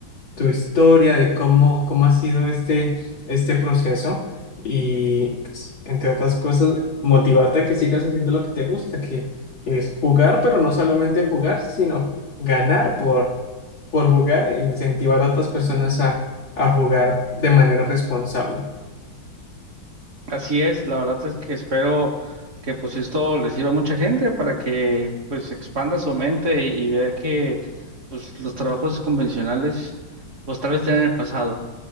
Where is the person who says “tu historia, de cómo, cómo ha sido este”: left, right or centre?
Left